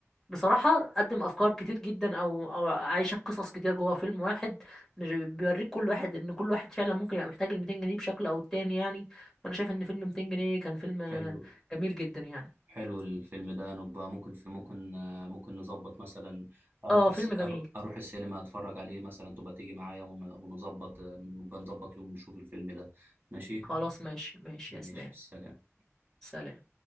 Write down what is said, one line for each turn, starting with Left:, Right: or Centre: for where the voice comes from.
Centre: بصراحة قدم أفكار كتير جدا أو أو عايشك قصص كتير جوه فيلم واحد مش بيوريك كل واحد ان كل واحد فعلا ممكن يبقى محتاج ال 200 جنيه بشكل او التاني يعني فانا شايف ان فيلم 200 جنيه كان فيلم آه،
Right: حلو
Centre: جميل جدا يعني
Right: حلو الفيلم ده نبقى ممكن في ممكن آه، ممكن نظبط مثلا اروح
Centre: اه
Right: الس...
Centre: فيلم جميل
Right: أرو- اروح السينما اتفرج عليه مثلا تبقى تيجي معايا ون- ونظبط آه، نبقى نظبط يوم نشوف الفيلم ده ماشي
Centre: خلاص ماشي ماشي
Right: ماشي
Centre: يا اسلام
Right: سلام
Centre: سلام